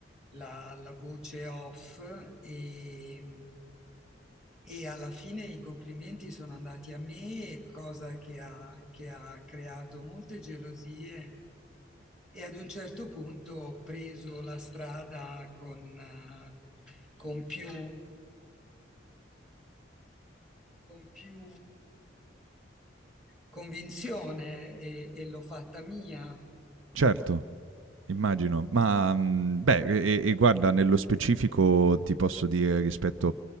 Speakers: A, in the centre; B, on the right (about 85°).
A: la, la voce off e, e alla fine i complimenti sono andati a me, cosa che ha, che ha creato molte gelosie e ad un certo punto ho preso la strada con, eh, con più, con più convinzione e, e l'ho fatta mia.
B: Certo. Immagino, ma, mhmm, beh, e e e guarda, nello specifico ti posso dire rispetto